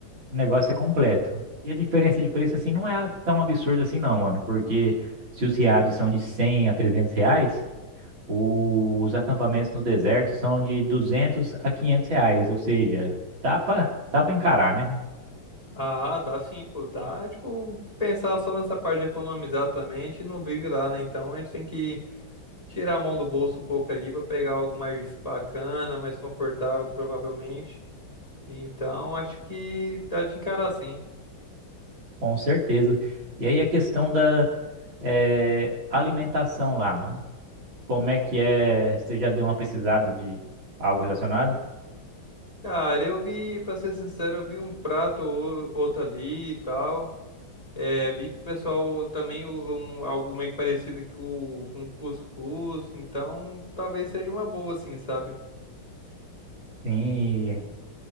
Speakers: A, on the right; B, on the left.
A: o negócio é completo. E a diferença de preço, assim, não é tão absurda assim, não, mano. Porque se os riades são de 100 a 300 reais, o- os acampamentos no deserto são de 200 a 500 reais. Ou seja, dá pra, dá pra encarar, né?
B: Ah, dá sim, pô, dá, tipo, pensar só nessa parte de economizar também, a gente não vive lá, né? Então a gente tem que tirar a mão do bolso um pouco ali pra pegar algo mais bacana, mais confortável, provavelmente. Então, acho que dá de encarar sim.
A: Com certeza. E aí a questão da eh, alimentação lá, mano. Como é que é? Você já deu uma pesquisada de algo relacionado?
B: Cara, eu vi, pra ser sincero, eu vi um prato ou outro ali e tal. É, vi que o pessoal também usa um, algo meio que parecido que o, com cuscuz, então talvez seja uma boa, assim, sabe?
A: Sim.